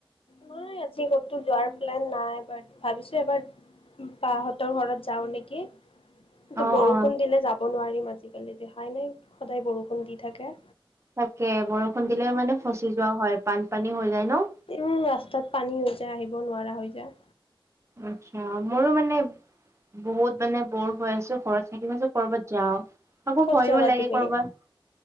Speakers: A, on the left; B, on the right.
A: নাই আজি ক'তো যোৱাৰ প্লেন নাই বাত ভাবিছোঁ এবাৰ বাহতৰ ঘৰত যাওঁ নেকি? কিন্তু
B: অ
A: বৰষুণ
B: অ
A: দিলে যাব নোৱাৰিম আজিকালি দেখাই নাই সদায় বৰষুণ দি থাকে?
B: তাকেই, বৰষুণ দিলে মানে ফচি যোৱা হয় বান পানী হৈ যায় ন?
A: উম, ৰাস্তাত পানী হৈ যায় আহিব নোৱাৰা হৈ যায়।
B: আচ্ছাঁ মোৰো মানে বহুত মানে বৰ হৈ আছোঁ ঘৰত থাকি মই ভাবিছোঁ কৰবাত যাওঁ। আকৌ
A: ক'ত
B: ভয়ো
A: যাবা
B: লাগে
A: তুমি?
B: কৰবাত